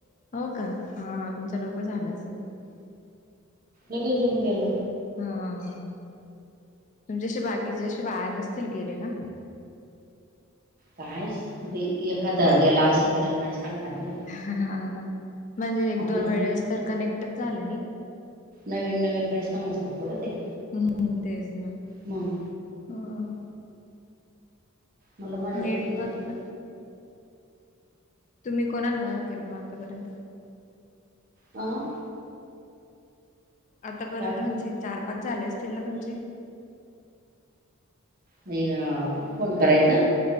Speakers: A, on the left; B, on the right.
A: हो का हा तुमच्या लवकर झालं असेल
B: लगेच येऊन गेल
A: हा हा तुमच्याशी बाकीचे असे वाया नसतील गेले ना
B: कायच एखादा गेला असेल तर काय सांगता नाही
A: हा ना म्हणजे एक
B: आपण
A: दोन वेळेस तर कनेक्टच झालं नाही
B: नवीन नवीन काय समजतात थोडं ते
A: हम्म तेज ना.
B: हम
A: ह
B: मला माजा
A: नेटवर्क
B: कत नाही.
A: तुम्ही कोणा कोणाला केलं मग आतापर्यंत
B: हं
A: आतापर्यंत
B: काय
A: म्हणजे चार पाच झाले असतील ना तुमचे
B: नाही फोन करायचा